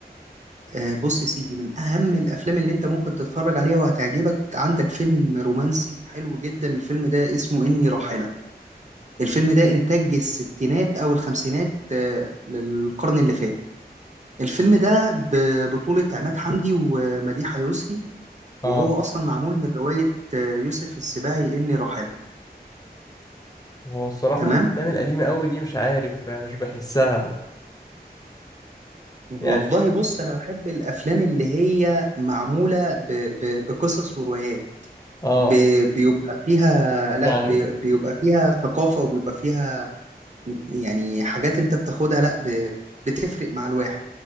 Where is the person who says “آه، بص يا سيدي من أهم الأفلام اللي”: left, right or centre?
Right